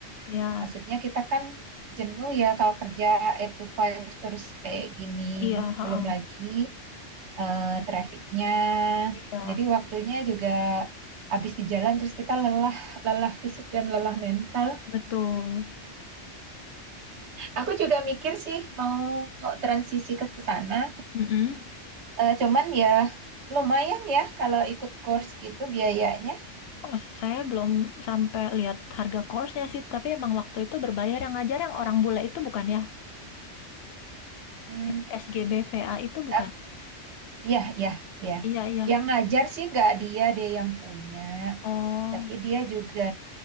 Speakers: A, on the left; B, on the right.
A: iya,
B: Maksudnya kita kan jenuh ya kalau kerja 8 to five terus kayak gini.
A: iya, heeh.
B: Belum lagi eh, trafficnya.
A: Iya,
B: Jadi waktunya juga habis di jalan terus kita lelah, lelah fisik dan lelah mental.
A: betul.
B: Aku juga mikir sih mau transisi ke sana.
A: Mm-mm.
B: Eh, cuman ya lumayan ya kalau ikut course gitu biayanya.
A: Oh, saya belum sampai lihat harga course-nya sih, tapi emang waktu itu berbayar yang ngajar yang orang bule itu bukan ya?
B: Hmm,
A: Yang SGBVA itu bukan.
B: ap- ya, ya, ya.
A: Iya, iya.
B: Yang ngajar sih nggak dia, dia yang punya.
A: Oh,
B: tapi dia juga